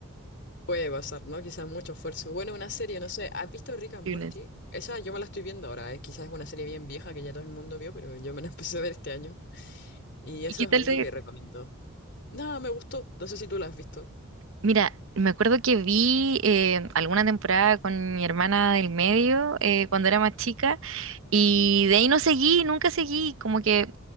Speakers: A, on the left; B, on the right.
A: Puede pasar, ¿no? Quizás mucho esfuerzo. Bueno, una serie, no sé, ¿has visto Rick and
B: <laughs>
A: Morty? Esa yo me la estoy viendo ahora, ¿eh? Quizás es una serie bien vieja que ya todo el mundo vio, pero yo me la <laughs> empecé a ver este año. Y eso
B: ¿Y qué
A: es
B: tal?
A: algo que recomiendo. No, me gustó, no sé si tú la has visto.
B: Mira, me acuerdo que vi eh, alguna temporada con mi hermana del medio eh, cuando era más chica y de ahí no seguí, nunca seguí, como que,